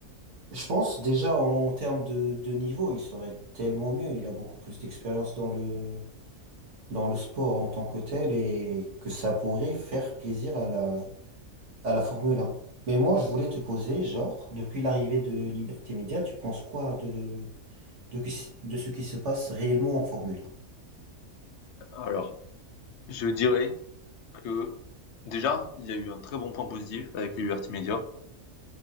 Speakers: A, on the right; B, on the left.
A: je pense déjà en termes de de niveau il serait tellement mieux il a beaucoup plus d'expérience dans le dans le sport en tant que tel et que ça pourrait faire plaisir à la à la Formule 1. Mais moi, je voulais te poser, genre, depuis l'arrivée de
B: Mhm.
A: Liberté Média, tu penses quoi de, de, qui- de ce qui se passe réellement en Formule 1?
B: Alors, je dirais que déjà, il y a eu un très bon point positif avec les Liberty Media